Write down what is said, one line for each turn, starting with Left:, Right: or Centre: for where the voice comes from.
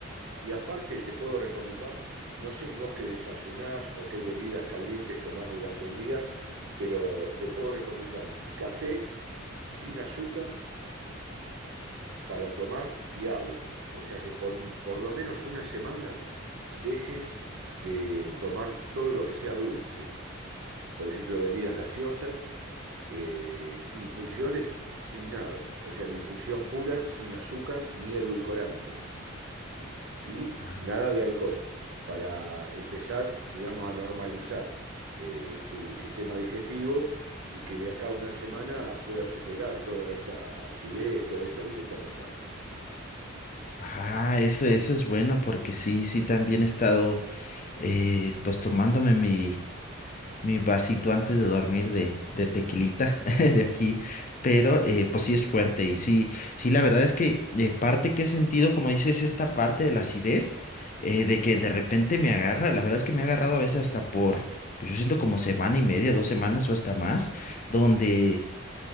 Right: Y aparte te puedo recomendar, no sé vos qué desayunás o qué bebidas calientes tomás durante el día, pero te puedo recomendar café sin azúcar para tomar y agua. O sea que por, por lo menos una semana dejes de tomar todo lo que sea dulce. Por ejemplo, bebidas gaseosas, eh, infusiones sin nada. O sea, la infusión pura, sin azúcar ni edulcorante. Y
Left: Ah,
Right: nada de alcohol, para empezar, digamos, a normalizar eh, tu sistema digestivo y que de acá a una semana puedas superar toda esta acidez, todo esto que te está pasando.
Left: Ah, eso, eso es bueno porque sí, sí, también he estado eh, pues tomándome mi, mi vasito antes de dormir de, de tequilita <laughs> de aquí, pero eh, pues sí es fuerte y sí, sí, la verdad es que eh, parte que he sentido, como dices, esta parte de la acidez, eh, de que de repente me agarra, la verdad es que me ha agarrado a veces hasta por, pues yo siento como semana y media, dos semanas o hasta más, donde